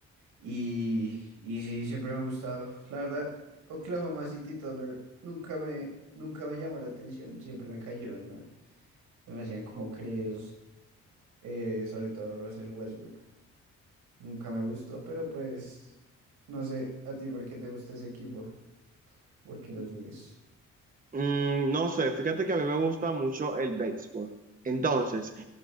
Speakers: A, on the right; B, on the right.
A: Y, y sí, siempre me ha gustado. La verdad, Oklahoma City Thunder nunca me, nunca me llamó la atención, siempre me cayeron mal. Se me hacían como creídos, eh, sobre todo Russell Westbrook. Nunca me gustó, pero pues no sé a ti por qué te gusta ese equipo, por qué lo sigues.
B: Mm, no sé, fíjate que a mí me gusta mucho el béisbol. Entonces,